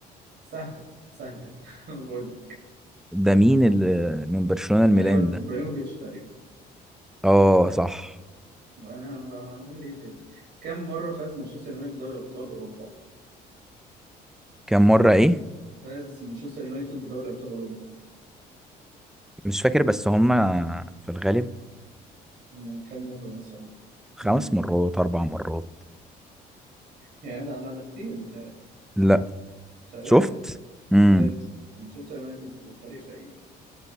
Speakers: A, on the right; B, in the centre.
A: سهله سهله <laughs> انا بقول لك
B: ده مين اللي من برشلونة الميلان
A: غالبا
B: ده
A: ابراهيموفيتش تقريبا
B: اه صح
A: انا بعمل ايه تاني كم مره فاز مانشستر يونايتد بدوري ابطال اوروبا
B: كام مرة ايه
A: فاز مانشستر يونايتد بدوري ابطال اوروبا
B: مش فاكر بس هما في الغالب
A: يعني كم مره مثلا
B: خمس
A: ممكن
B: مرات اربع مرات
A: يعني لا لا ده كتير متهيألي
B: لا
A: ثلاثة
B: شفت امم
A: ثلاثة مانشستر يونايتد فريق فقير